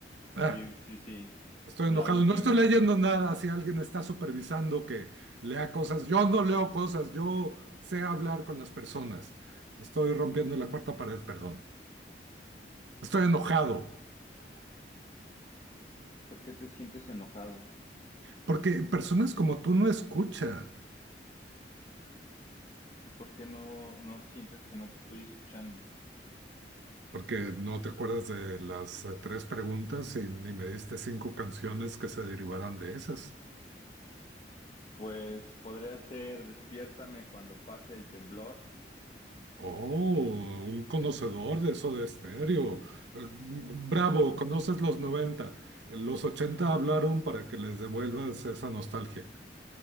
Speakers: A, on the right; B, on the left.
A: Ah,
B: sí, sí, sí.
A: estoy
B: La
A: enojado.
B: última.
A: No estoy leyendo nada si alguien está supervisando que lea cosas. Yo no leo cosas. Yo sé hablar con las personas. Estoy rompiendo la cuarta pared, perdón. Estoy enojado
B: ¿Por qué te sientes enojado?
A: porque personas como tú no escuchan.
B: ¿Y por qué no, no sientes que no te estoy escuchando?
A: Porque no te acuerdas de las eh, tres preguntas y ni me diste cinco canciones que se derivaran de esas.
B: Pues podría ser despiértame cuando pase el temblor.
A: Oh, un conocedor de eso de estéreo. Eh, mm, Bravo, conoces los 90. Los 80 hablaron para que les devuelvas esa nostalgia.